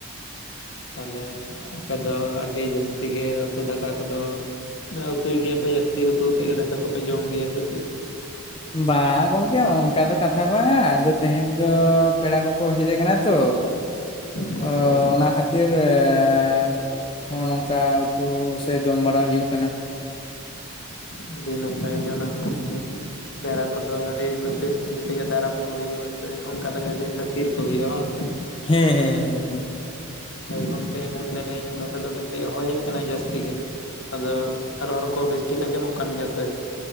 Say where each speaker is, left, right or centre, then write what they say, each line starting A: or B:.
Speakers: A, on the left; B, on the left.
A: ᱛᱟᱦᱚᱞᱮ ᱟᱯᱮ ᱫᱚ ᱟᱹᱰᱤ ᱡᱟᱹᱥᱛᱤ ᱜᱮ ᱩᱛᱩ ᱫᱟᱠᱟ ᱠᱚᱫᱚ ᱢᱟᱱᱮ ᱩᱛᱩᱭ ᱜᱮᱭᱟᱯᱮ ᱡᱟᱹᱥᱛᱤ ᱩᱛᱩ ᱛᱮᱜᱮ ᱫᱟᱠᱟ ᱠᱚᱯᱮ ᱡᱚᱢ ᱜᱮᱭᱟ ᱥᱮ ᱪᱮᱜ?
B: ᱵᱟᱝ ᱜᱚᱝᱠᱮ ᱚᱱᱠᱟ ᱫᱚ ᱠᱟᱛᱷᱟ ᱵᱟᱝᱟ ᱟᱫᱚ ᱛᱮᱦᱮᱧ ᱫᱚ ᱯᱮᱲᱟ ᱠᱚᱠᱚ ᱦᱮᱡᱮ ᱠᱟᱱᱟ ᱛᱚ
A: ᱟᱪᱪᱷᱟ
B: ᱛᱚ ᱚᱱᱟ ᱠᱷᱟᱹᱛᱤᱨ ᱮᱸᱻ ᱦᱚᱸᱜᱼᱚ ᱱᱚᱝᱠᱟ ᱩᱛᱩ ᱥᱮ ᱡᱚᱢ ᱵᱟᱲᱟ ᱦᱩᱭᱩᱜ ᱠᱟᱱᱟ᱾
A: ᱟᱹᱰᱤ ᱱᱟᱯᱟᱭ ᱜᱮ ᱚᱱᱟ ᱦᱚᱸ <unintelligible> ᱯᱮᱲᱟ ᱠᱚᱫᱚ ᱟᱹᱰᱤ ᱩᱱᱟᱹᱜ ᱵᱮᱥ ᱴᱷᱤᱠ ᱛᱮᱜᱮ ᱫᱟᱨᱟᱢ ᱠᱚ ᱦᱩᱭᱩᱜᱼᱟ ᱥᱮ ᱚᱱᱠᱟᱞᱮᱠᱟ ᱜᱮ ᱠᱷᱟᱹᱛᱤᱨ ᱠᱚ ᱦᱩᱭᱩᱜᱼᱟ ᱵᱟᱝ ᱥᱮ᱾
B: ᱦᱮᱸ ᱦᱮᱸ ᱦᱮᱸ ᱦᱮᱸ᱾
A: ᱦᱳᱭ ᱜᱚᱢᱠᱮ ᱢᱮᱱᱫᱟᱞᱤᱧ ᱱᱚᱛᱮ ᱫᱚ ᱠᱟᱹᱴᱤᱜ ᱦᱚᱭᱮᱜ ᱠᱟᱱᱟᱭ ᱡᱟᱹᱥᱛᱤ ᱜᱮ᱾ ᱟᱫᱚ ᱨᱚᱨ ᱠᱚ ᱵᱮᱥ ᱴᱷᱤᱠ ᱟᱸᱡᱚᱢᱚᱜ ᱠᱟᱱ ᱜᱮᱭᱟ ᱥᱮ?